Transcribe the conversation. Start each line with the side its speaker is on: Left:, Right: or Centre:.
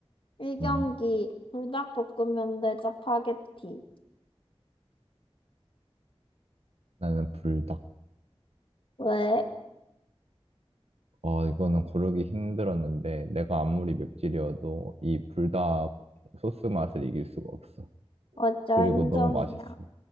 Left: 일경기
Right: 음.
Left: 불닭볶음면대 짜파게티.
Right: 나는 불닭.
Left: 왜?
Right: 아, 이거는 고르기 힘들었는데, 내가 아무리 맵찔이어도 이 불닭 소스 맛을 이길 수가 없어.
Left: 맞아,
Right: 그리고
Left: 인정이야.
Right: 너무 맛있어.